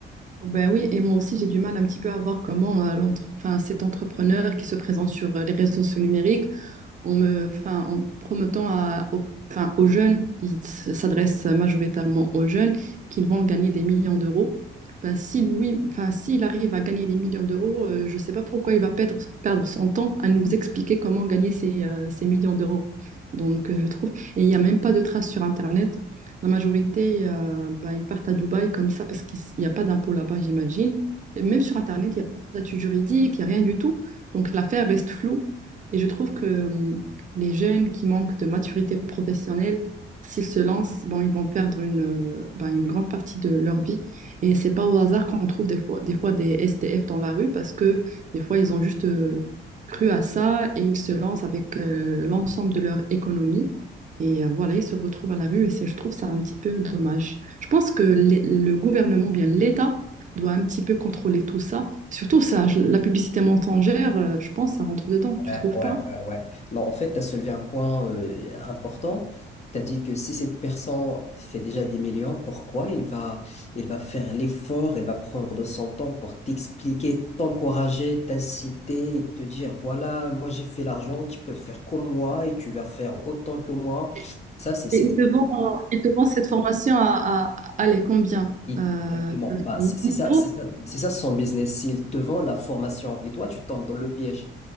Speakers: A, on the right (about 40°); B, on the left (about 35°).
A: Bah oui, et moi aussi j'ai du mal un petit peu à voir comment euh, l'entre- enfin, cet entrepreneur qui se présente sur euh, les réseaux sociaux numériques, en me, enfin, en promettant à, aux, enfin, aux jeunes, ils s- s'adressent majoritairement aux jeunes, qu'ils vont gagner des millions d'euros. Ben, si Louis, enfin, s'il arrive à gagner des millions d'euros, euh, je ne sais pas pourquoi il va perdre, perdre son temps à nous expliquer comment gagner ces, euh, ces millions d'euros. Donc, euh, je trouve, et il n'y a même pas de traces sur Internet. La majorité, euh, ben, ils partent à Dubaï comme ça parce qu'il n'y a pas d'impôt là-bas, j'imagine. Et Même sur Internet, il n'y a pas de statut juridique, il n'y a rien du tout. Donc l'affaire reste floue. Et je trouve que euh, les jeunes qui manquent de maturité professionnelle, s'ils se lancent, bon, ils vont perdre une, euh, ben, une grande partie de leur vie. Et c'est pas au hasard qu'on trouve des fois, des fois des SDF dans la rue parce que des fois, ils ont juste euh, cru à ça et ils se lancent avec euh, l'ensemble de leur économie. Et euh, voilà, ils se retrouvent à la rue et c'est, je trouve ça un petit peu dommage. Je pense que les- le gouvernement, ou bien l'État, doit un petit peu contrôler tout ça. Surtout ça, je- la publicité mensongère, euh, je pense, ça rentre dedans, tu
B: Ouais,
A: trouves
B: ouais,
A: pas?
B: ouais, ouais. Non, en fait, tu as soulevé un point euh, important. Tu as dit que si cette personne fait déjà des millions, pourquoi il va, il va faire l'effort, il va prendre de son temps pour t'expliquer, t'encourager, t'inciter, et te dire, voilà, moi j'ai fait l'argent, tu peux faire comme moi et tu vas faire autant que moi.
A: Et
B: Ça, c'est, c'est...
A: et ils te vendent, ils te vendent cette formation à, à, allez, combien?
B: Exactement.
A: Euh,
B: Bah,
A: 1000
B: c'est c'est ça,
A: euros
B: c'est ça, c'est ça son business. S'il te vend la formation et toi, tu tombes dans le piège.